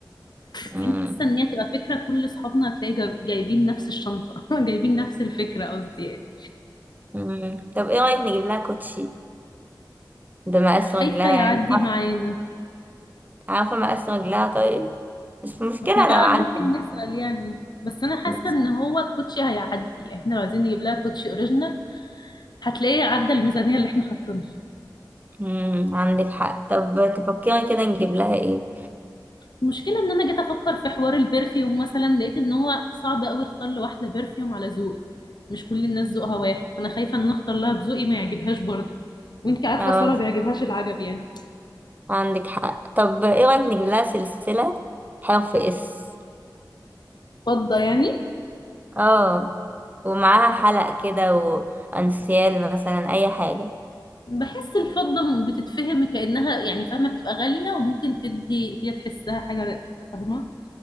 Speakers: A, on the right (about 20°); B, on the left (about 65°).
A: مم.
B: وبعدين حاسة إن هي تبقى فكرة كل أصحابنا هتلاقي جايبين نفس الشنطة <laughs> جايبين نفس الفكرة قصدي يعني
A: مم. طب ايه رأيك نجيب لها كوتشي بمقاس
B: خايفة
A: رجلها
B: يعدي
A: انت عارفة
B: معانا
A: عارفة مقاس رجلها طيب مش مشكلة
B: ما احنا بقى
A: لو عندك
B: ممكن نسأل يعني بس انا حاسة
A: بس.
B: ان هو الكوتشي هيعدي يعني احنا لو عايزين نجيب لها كوتشي اوريجينال هتلاقيه عدى الميزانية اللي احنا حاطينها
A: مم. عندك حق طب تفكري كده نجيب لها ايه
B: المشكلة ان انا جيت افكر في حوار البرفيوم مثلا لقيت ان هو صعب قوي اختار لواحدة برفيوم على ذوقي مش كل الناس ذوقها واحد فانا خايفة ان اختار لها بذوقي ما يعجبهاش برضه وانت عارفة
A: اه
B: سارة بيعجبهاش العجب يعني
A: عندك حق طب ايه رأيك نجيب لها سلسلة حرف اس
B: فضة يعني
A: اه ومعاها حلق كده وانسيال مثلا اي حاجة
B: بحس الفضة بتتفهم كأنها يعني فاهمة بتبقى غالية وممكن تدي هي تحسها حاجة فاهمة